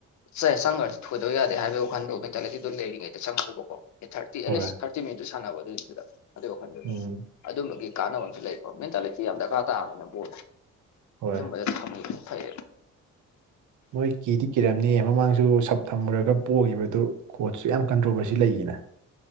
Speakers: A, on the left; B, on the right.
A: ꯁꯦ ꯆꯪꯈ꯭ꯔꯗꯤ ꯊꯣꯏꯗꯕ ꯌꯥꯗꯦ ꯍꯥꯏꯕꯒꯤ ꯋꯥꯈꯟꯗ ꯃꯦꯟꯇꯦꯂꯤꯇꯤꯗꯣ ꯂꯩꯔꯤꯉꯩꯗ ꯆꯪꯉꯨꯕꯀꯣ ꯑꯦ ꯊꯥꯔꯇꯤ ꯑꯦꯠꯂꯤꯁ
B: ꯍꯣꯏ
A: ꯊꯥꯔꯇꯤ ꯃꯤꯅꯤꯠꯇꯨ ꯁꯥꯟꯅꯕ ꯑꯗꯨꯏꯗꯨꯗ ꯑꯗꯨꯒꯤ ꯋꯥꯈꯜꯗꯨꯗ
B: ꯎꯝ
A: ꯑꯗꯨꯝꯕꯒꯤ ꯀꯥꯟꯅꯕ ꯑꯃꯁꯁꯨ ꯂꯩꯕ ꯃꯦꯟꯇꯥꯂꯤꯇꯤ ꯌꯥꯝ ꯗꯔꯀꯥꯔ ꯇꯥꯕꯅꯤꯅ ꯕꯣꯜꯗꯤ
B: ꯍꯣꯏ
A: <unintelligible> ꯐꯩ
B: ꯃꯣꯏ ꯀꯤꯗꯤ ꯀꯤꯔꯝꯅꯤꯌꯦ ꯃꯃꯥꯡꯁꯨ ꯁꯞ ꯊꯝꯃꯨꯔꯒ ꯄꯣꯛꯈꯤꯕꯗꯨ ꯀꯣꯠꯁꯨ ꯌꯥꯝ ꯀꯟꯇ꯭ꯔꯣꯕꯔꯁꯤ ꯂꯩꯒꯤꯅ